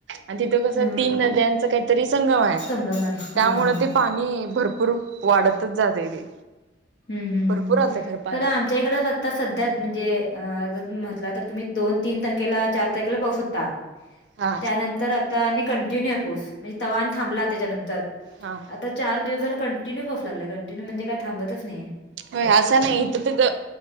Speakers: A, on the right; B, on the left.
A: आणि तिथं कसं
B: ह
A: तीन नद्यांचा काहीतरी संगम आहे.
B: संगम आहे.
A: त्यामुळं
B: हा हा ह
A: ते पाणी भरपूर वाढतच जातंय ते.
B: हम्म हम्म
A: भरपूर
B: हम्म
A: आलतं खरं पाणी
B: खर आ मच्याइड आता सध्या म्हणजे अ जर तुम्ही म्हटला तर तुम्ही दोन तीन तारखेला चार तारखेला पाऊस होता.
A: हा
B: त्यानंतर आता आणि कंटिन्यू आय पाऊस म्हणजे तवा अन् थांबला त्याच्यानंतर.
A: हा.
B: आता चार दिवस झालं कंटिन्यू बफ लागलाय कंटिन्यू म्हणजे काय थांबतच नाहीये.
A: होय असा नाय तिथं ग